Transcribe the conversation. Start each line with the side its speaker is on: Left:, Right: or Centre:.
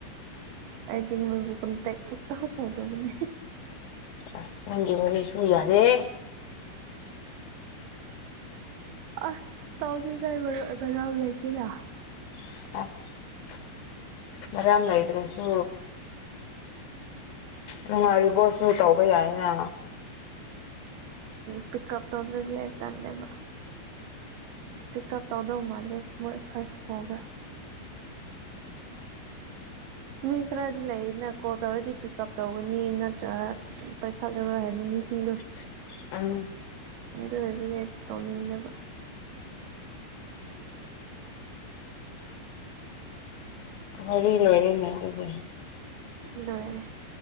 Right: ꯑꯩꯗꯤ ꯃꯣꯏꯕꯨ ꯀꯟꯇꯦꯛ ꯁꯨꯛꯇꯧ ꯇꯧꯗꯕꯅꯦ
Left: ꯑꯁ ꯅꯪꯒꯤ ꯋꯥꯔꯤ ꯁꯨ ꯌꯥꯗꯦꯍꯦ
Right: ꯑꯁ ꯇꯧꯗꯦꯗ ꯑꯩ ꯃꯔꯨꯞ ꯃꯅꯥꯎ ꯂꯩꯇꯦꯗ
Left: ꯑꯁ ꯃꯔꯝ ꯂꯩꯇ꯭ꯔꯁꯨ ꯅꯨꯡꯉꯥꯏꯔꯤꯕꯣ ꯁꯨ ꯇꯧꯕ ꯌꯥꯏꯅ
Right: ꯎꯝ ꯄꯤꯛꯀꯞ ꯇꯧꯗ꯭ꯔꯗꯤ ꯑꯩ ꯇꯜꯂꯦꯕ ꯄꯤꯛꯀꯞ ꯇꯧꯗꯧ ꯃꯥꯟꯗꯦ ꯃꯣꯏ ꯐꯥꯔꯁ ꯀꯣꯜꯗ ꯃꯤ ꯈꯔꯗꯤ ꯂꯩꯌꯦꯗꯅ ꯀꯣꯜ ꯇꯧꯔꯗꯤ ꯄꯤꯛꯀꯞ ꯇꯧꯒꯅꯤ ꯅꯠꯇ꯭ꯔꯒ ꯎꯝ ꯄꯥꯏꯈꯠꯂꯔꯣꯏ ꯍꯥꯏꯕ ꯃꯤꯁꯤꯡꯗꯨ
Left: <unintelligible>
Right: ꯑꯗꯨ ꯑꯣꯏꯕꯅꯦ ꯇꯧꯅꯤꯡꯗꯕ
Left: ꯋꯥꯔꯤ ꯂꯣꯏꯔꯦꯅꯦ ꯑꯗꯨꯗꯤ
Right: ꯂꯣꯏꯔꯦ